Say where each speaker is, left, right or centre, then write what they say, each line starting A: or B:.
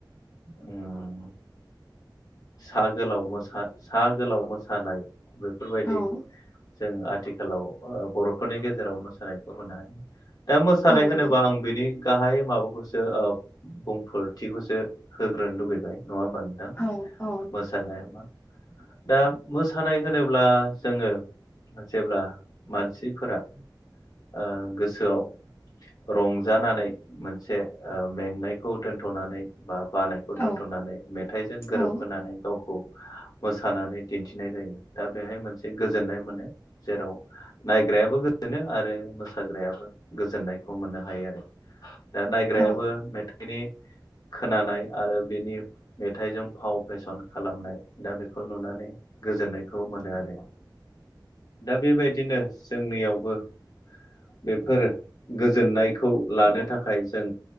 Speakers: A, on the left (about 55°); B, on the left (about 35°).
A: उम्म। सा गोलाव मोसा सा गोलाव मोसानाय बेफोरबायदि
B: औ
A: जों आथिखालाव ओ बर'फोरनि गेजेराव मोसानायखौ मोननो हायो ओ मोसानाय
B: औ नंगौ
A: होनोबा आं बिनि गाहाय माबाखौसो ओ बुंफोरथिखौसो होग्रोनो लुुबैबाय नङा होमबा नोंथां?
B: औ अ।
A: मोसानाया मा दा मोसानाय होनोब्ला जोङो जेब्ला मानसिफोरा ओ गोसोआव रंजानानै मोनसे ओ मेंनायखौ दोनथ'नानै बा बानाय खौ
B: औ
A: दोनथ'नानै मेथाइजों
B: औ
A: गोरोबहोनानै गावखौ मोसानानै दिन्थिनाय जायो दा बेहाय मोनसे गोजोननाय मोनो जेराव नायग्रायाबो गोजोनो आरो मोसाग्रायाबो गोजोननायखौ मोननो हायो आरो दा नायग्रायाबो
B: औ
A: मेथा बेनि खोनानाय आरो बेनि मेथाइजों फाव फेसन खालामनाय दा बेखौ नुनानै गोजोननायखौ मोनो आरो। दा बेबायदिनो जोंनियावबो बेफोर गोजोननायखौ लानो थाखाय जों